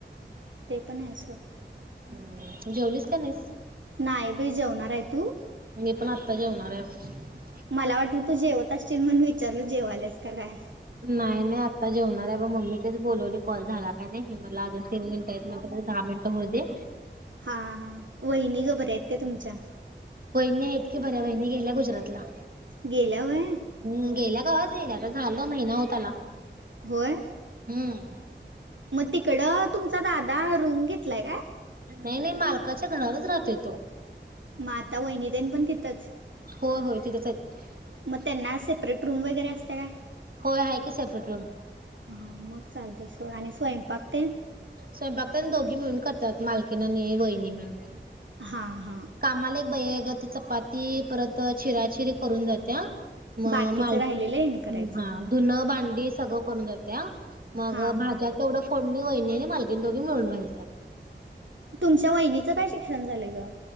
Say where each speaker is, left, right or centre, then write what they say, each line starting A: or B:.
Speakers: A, on the right; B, on the right.
A: ते पण आहे सो
B: ् जेवलीस का नाहीस
A: नाही बाई जेवणार आहे तू
B: म्हणे पण आत्ता जेवणार आहेवर
A: मला वाटलं तू जेवत असशील म्हण विचारल जेवालेस का काय
B: नाही नाही आत्ता जेवणार आहे ब मम्मी तेच बोलवली कॉल झाला काय नाही मला अग तीन मिनिट नंतर दहा मिनिटं होऊ दे
A: हा हा वहिनी ग बरे आहेत का तुमच्या?
B: वहिणी आहेत की बऱ्या वहिणी गेल्या गुजरातला
A: गेल्या वय
B: हम्म गेल्या गवाज गेल्या ग झाल महिना होत आला
A: होय
B: हम्म
A: मग तिकडं तुमचा दादा रूम घेतलाय काय?
B: नाही नाही मालकाच्या घरावरच राहतोय तो
A: म आता वहिनी तेन पण तिथंच
B: हो होय तिथच आहेत.
A: मग त्यांना सेपरेट रूम वगैरे असतिया काय?
B: होय आहे की सेपरेट रूम.
A: हा मग चालतय सोड आणि स्वयंपाक तेन
B: स्वयंपाक तेन दोघी मिळून करत्यात मालकीन आणि वहिणी मिळून
A: हा हा.
B: कामाला एक बाई हाय ग ती चपाती परत चिराचिरी करून जातिया म
A: बाकीचं
B: माल
A: राहिलेलं आहे करायचं
B: हा धुन भांडी सगळं करून जातिया मग
A: हां
B: भाज्या
A: हां
B: तेवढं फोडणी वहिणी आणि मालकीन दोघी मिळून घालत्यात.
A: तुमच्या वहिनीचं काय शिक्षण झालंय ग?